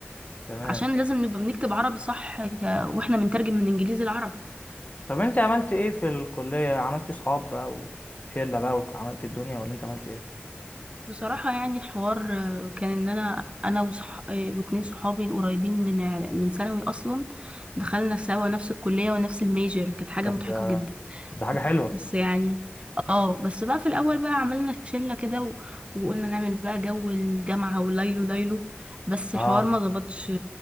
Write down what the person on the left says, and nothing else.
تمام
طب انت عملت ايه في الكليه عملت صحاب بقى وشله بقى وعملت الدنيا ولا انت عملت ايه
طب
ده
ده حاجه حلوه
اه